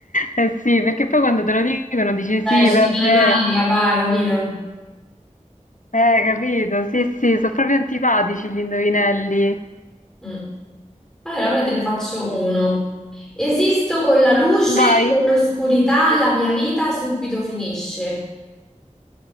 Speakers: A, on the left; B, in the centre.
A: Eh sì, perché poi quando te lo dicono dici:
B: Cioè,
A: "Sì,
B: ci
A: vabbè".
B: dicono i mali, raga, capito?
A: Eh, capito? Sì, sì, sono proprio antipatici gli indovinelli.
B: Mm. Allora, ora te ne faccio uno. Esisto con la luce,
A: Vai.
B: con l'oscurità, la mia vita subito finisce.